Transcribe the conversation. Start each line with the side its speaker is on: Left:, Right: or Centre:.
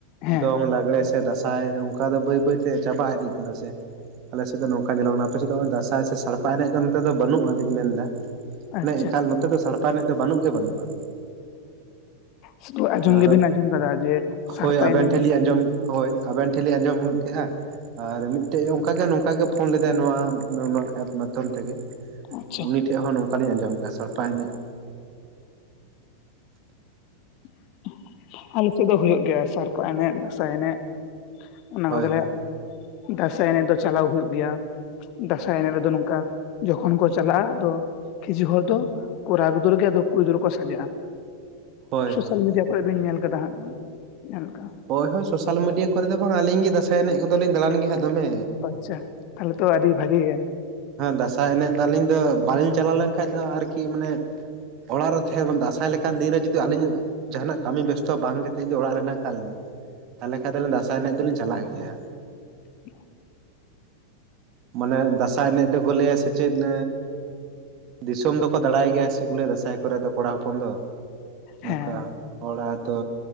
Left: ᱦᱮᱸ
Right: ᱫᱚᱝ ᱞᱟᱜᱽᱲᱮ ᱥᱮ ᱫᱟᱸᱥᱟᱭ ᱚᱱᱠᱟ ᱫᱚ ᱵᱟᱹᱭ ᱵᱟᱹᱭ ᱛᱮ ᱪᱟᱵᱟ ᱤᱫᱤᱜ ᱦᱮᱸᱥᱮ ᱟᱞᱮ ᱥᱮᱫ ᱫᱚ ᱱᱚᱝᱠᱟ ᱧᱮᱞᱚᱜ ᱠᱟᱱᱟ ᱟᱯᱮ ᱥᱮᱫ ᱫᱚ ᱱᱚᱜᱚᱭ ᱫᱟᱸᱥᱟᱭ ᱥᱮ ᱥᱟᱲᱯᱟ ᱮᱱᱮᱡ ᱫᱚ ᱱᱚᱛᱮ ᱫᱚ ᱵᱟᱹᱱᱩᱜ-ᱟ ᱞᱤᱧ ᱢᱮᱱ ᱫᱟ
Left: ᱟᱪᱪᱷᱟ
Right: ᱢᱟᱱᱮ ᱮᱠᱟᱞ ᱱᱚᱛᱮ ᱫᱚ ᱥᱟᱲᱯᱟ ᱮᱱᱮᱡ ᱫᱚ ᱵᱟᱹᱱᱩᱜ ᱜᱮ ᱵᱟᱹᱱᱩᱜᱼᱟ
Left: ᱥᱩᱫᱷᱩ ᱟᱸᱡᱚᱢ
Right: ᱟᱫᱚ
Left: ᱜᱮᱵᱤᱱ ᱟᱸᱡᱚᱢ ᱠᱟᱫᱟ ᱡᱮ ᱥᱟᱲᱯᱟ
Right: ᱦᱳᱭ ᱟᱵᱮᱱ
Left: ᱮᱱᱮᱡ
Right: ᱴᱷᱮᱱ
Left: ᱢᱤᱫᱴᱟᱝ
Right: ᱞᱤᱧ ᱟᱸᱡᱚᱢ ᱦᱳᱭ ᱟᱵᱮᱱ ᱴᱷᱮᱱ ᱞᱤᱝ ᱟᱸᱡᱚᱢ ᱠᱮᱜᱼᱟ ᱟᱨ ᱢᱤᱫᱴᱮᱡ ᱚᱱᱠᱟᱜᱮ ᱱᱚᱝᱠᱟ ᱜᱮ ᱯᱷᱳᱱ ᱞᱮᱫᱟᱭ ᱱᱚᱣᱟ ᱞᱚᱞᱟ ᱮᱯ ᱢᱟᱫᱽᱫᱷᱚᱢ ᱛᱮᱜᱮ
Left: ᱟᱪᱪᱷᱟ
Right: ᱩᱱᱤ ᱴᱷᱮᱡ ᱦᱚᱸ ᱱᱚᱝᱠᱟᱞᱤᱧ ᱟᱸᱡᱚᱢ ᱠᱟ ᱥᱟᱲᱯᱟ ᱮᱱᱮᱡ
Left: <unintelligible> ᱟᱞᱮ ᱥᱮᱫ ᱫᱚ ᱦᱩᱭᱩᱜ ᱜᱮᱭᱟ ᱥᱟᱨᱯᱟ ᱮᱱᱮᱡ ᱫᱟᱸᱥᱟᱭ ᱮᱱᱮᱡ ᱚᱱᱟ
Right: ᱦᱳᱭ
Left: ᱠᱚᱫᱚᱞᱮ
Right: ᱦᱳᱭ
Left: ᱫᱟᱸᱥᱟᱭ ᱮᱱᱮᱡ ᱫᱚ ᱪᱟᱞᱟᱣ ᱦᱩᱭᱩᱜ ᱜᱮᱭᱟ ᱫᱟᱸᱥᱟᱭ ᱮᱱᱮᱡ ᱨᱮᱫᱚ ᱱᱚᱝᱠᱟ ᱡᱚᱠᱷᱚᱱ ᱠᱚ ᱪᱟᱞᱟᱜᱼᱟ ᱟᱫᱚ ᱠᱷᱪᱩ ᱦᱚᱲ ᱫᱚ ᱠᱚᱨᱟᱜᱩᱫᱨᱳ ᱜᱮ ᱟᱫᱚ ᱠᱤᱨᱤᱜᱤᱫ ᱠᱚ ᱥᱟᱡᱟᱜᱼᱟ
Right: ᱦᱳᱭ
Left: ᱥᱚᱥᱟᱞ
Right: ᱦᱳᱭ
Left: ᱢᱤᱰᱤᱭᱟ ᱠᱚᱨᱮ ᱵᱤᱱ ᱧᱮᱞ ᱟᱠᱟᱫᱟ ᱦᱟᱸᱜ ᱧᱮᱞ ᱠᱟᱜᱼᱟ
Right: ᱦᱳᱭ ᱦᱳᱭ ᱥᱚᱥᱟᱞ ᱢᱤᱰᱤᱭᱟ ᱠᱚᱨᱮ ᱫᱚ ᱵᱟᱝᱼᱟ ᱟᱹᱞᱤᱧ ᱜᱮ ᱫᱟᱸᱥᱟᱭ ᱮᱱᱮᱡ ᱠᱚᱫᱚᱞᱤᱧ ᱫᱟᱬᱟᱱ ᱜᱮ ᱦᱟᱸᱜ ᱫᱚᱢᱮ
Left: ᱟᱪᱪᱷᱟ ᱛᱟᱦᱚᱞᱮ ᱛᱚ ᱟᱹᱰᱤ ᱵᱷᱟᱜᱤ ᱜᱮ
Right: ᱫᱟᱸᱥᱟᱭ ᱦᱮᱸ ᱫᱟᱸᱟᱭ ᱮᱱᱮᱡ ᱫᱚ ᱟᱹᱞᱤᱧ ᱫᱚ ᱵᱟᱹᱞᱤᱧ ᱪᱟᱞᱟᱣ ᱞᱮᱱᱠᱷᱟᱡ ᱫᱚ ᱟᱨᱠᱤ ᱢᱟᱱᱮ ᱚᱲᱟᱜ ᱨᱮ ᱛᱟᱦᱮᱸᱟᱱ ᱫᱟᱸᱥᱟᱭ ᱞᱮᱠᱟᱱ ᱫᱤᱱ ᱨᱮ ᱡᱩᱫᱤ ᱟᱹᱞᱤᱧᱟᱜ ᱡᱟᱦᱟᱱᱟᱜ ᱠᱟᱹᱢᱤ ᱵᱮᱥᱛᱚ ᱵᱟᱝ ᱠᱟᱛᱮᱫ ᱡᱩᱫᱤ ᱚᱲᱟᱜ ᱨᱮᱱᱟᱜ ᱠᱟᱞ ᱛᱟᱦᱚᱞᱮ ᱠᱷᱟᱱ ᱫᱚ ᱫᱟᱸᱥᱟᱭ ᱮᱱᱮᱡ ᱫᱚᱞᱤᱧ ᱪᱟᱞᱟᱜ ᱜᱮᱭᱟ
Left: <unintelligible>
Right: ᱢᱟᱱᱮ ᱫᱟᱸᱥᱟᱭ ᱮᱱᱮᱡ ᱫᱚᱠᱚ ᱞᱟᱹᱭᱟ ᱥᱮ ᱪᱮᱫ ᱮᱸᱻ ᱫᱤᱥᱚᱢ ᱫᱚᱠᱚ ᱫᱟᱬᱟᱭ ᱜᱮᱭᱟ ᱥᱮ ᱠᱩᱞᱟᱹᱭ-ᱟ ᱫᱟᱸᱥᱟᱭ ᱠᱚᱨᱮ ᱫᱚ ᱠᱚᱲᱟ ᱦᱚᱯᱚᱱ ᱫᱚ ᱱᱚᱝᱠᱟ
Left: ᱦᱮᱸ
Right: ᱦᱚᱲᱟᱛᱳ